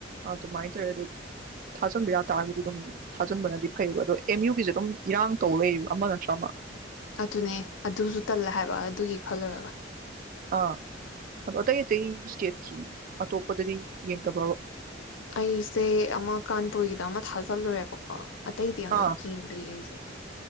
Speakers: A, on the right (about 45°); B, on the left (about 85°).
A: ꯑꯗꯨꯃꯥꯏꯅ ꯇꯧꯋꯦ ꯑꯗꯨꯝ ꯊꯖꯤꯟꯕ ꯌꯥꯇꯥꯔꯒꯗꯤ ꯊꯖꯤꯟꯕꯅꯗꯤ ꯐꯩꯕ ꯑꯗꯣ ꯑꯦꯝ ꯌꯨ ꯒꯤꯖꯦ ꯑꯗꯨꯝ ꯑꯤꯔꯥꯡ ꯇꯧꯔꯩꯔꯦꯕ ꯑꯃꯥ ꯅꯠꯇ꯭ꯔꯒ ꯑꯃꯥ꯫
B: ꯑꯗꯨꯅꯦ ꯑꯗꯨꯁꯨ ꯇꯜꯂꯦ ꯍꯥꯏꯕ ꯑꯗꯨꯒꯤ ꯈꯜꯂꯨꯔꯒ
A: ꯑꯥ ꯑꯗꯣ ꯑꯇꯩ-ꯑꯇꯩ ꯏꯁꯇꯦꯠ ꯑꯇꯣꯞꯄꯗꯗꯤ ꯌꯦꯡꯗꯕ꯭ꯔꯕ꯫
B: ꯑꯩꯁꯦ ꯑꯃꯥ ꯀꯥꯟꯄꯨꯔꯒꯤꯗ ꯑꯃꯥ ꯊꯥꯖꯤꯜꯂꯨꯔꯦꯕꯀꯣ ꯑꯇꯩꯗꯤ ꯑꯝꯇ
A: ꯑꯥ
B: ꯌꯦꯡꯗ꯭ꯔꯤ ꯑꯩꯁꯨ